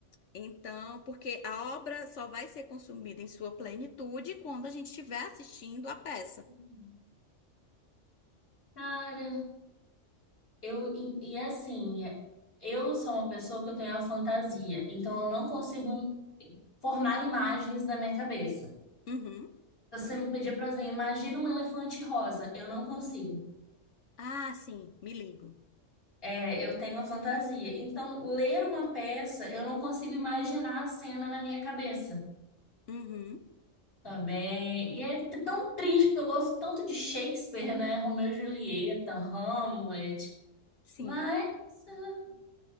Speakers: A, on the left (about 70°); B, on the left (about 45°).
A: Então, porque a obra só vai ser consumida em sua plenitude quando a gente estiver assistindo a peça.
B: Uhum. Cara, eu e, e assim, eu sou uma pessoa que eu tenho a fantasia, então eu não consigo formar imagens da minha cabeça.
A: Uhum.
B: Se você me pedir, por exemplo, imagina um elefante rosa, eu não consigo.
A: Ah, sim, me ligo.
B: É, eu tenho a fantasia. Então, ler uma peça, eu não consigo imaginar a cena na minha cabeça
A: Uhum.
B: também. E é t- tão triste, porque eu gosto tanto de Shakespeare, né? Romeu e Julieta, Hamlet.
A: Sim.
B: Mas ah,